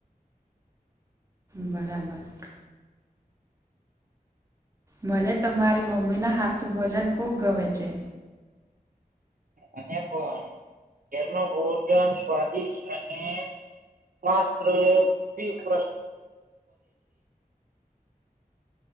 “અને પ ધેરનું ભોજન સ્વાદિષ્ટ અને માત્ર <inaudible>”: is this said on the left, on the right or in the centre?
Right